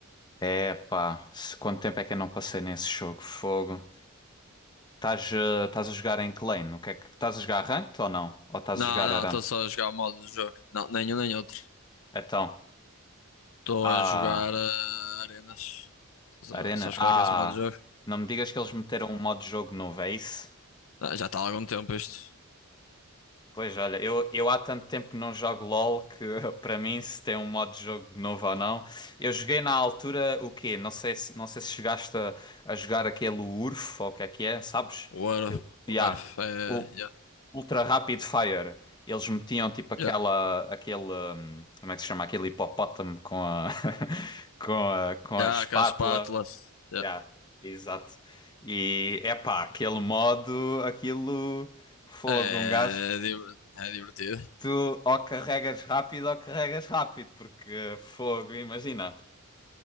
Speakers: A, on the left; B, on the left.
A: É, pá, se- quanto tempo é que eu não passei nesse jogo? Fogo. Estás eh, estás a jogar em que lane? O que é que estás a jogar ranked ou não? Ou estás
B: Não,
A: a jogar
B: não,
A: Aram?
B: estou só a jogar o modo de jogo. Não, nenhum nem outro.
A: Então,
B: Estou
A: ah,
B: a jogar eh, arenas. Estás
A: Arena,
B: a ver? Sabes
A: ah,
B: qual é que é esse modo de jogo?
A: não me digas que eles meteram um modo de jogo novo, é isso?
B: Ah, já está há algum tempo isto.
A: Pois olha, eu, eu há tanto tempo que não jogo LOL que <laughs> para mim se tem um modo de jogo novo ou não. Eu joguei na altura o quê? Não sei se, não sei se chegaste a, a jogar aquele URF ou o que é que é, sabes?
B: Warf,
A: Teu- Ya.
B: Warf, é.
A: O-
B: Yeah,
A: Ultra Rapid Fire. Eles metiam tipo aquela,
B: yeah,
A: aquele, hum, como é que se chama? Aquele hipopótamo com a, <laughs> com a, com
B: yeah,
A: a espátula.
B: com as espátulas. Yeah.
A: Yeah, exato. E epá, aquele modo, aquilo, fogo,
B: É,
A: um gajo.
B: é diver- é divertido.
A: Tu ou carregas rápido ou carregas rápido, porque fogo, imagina.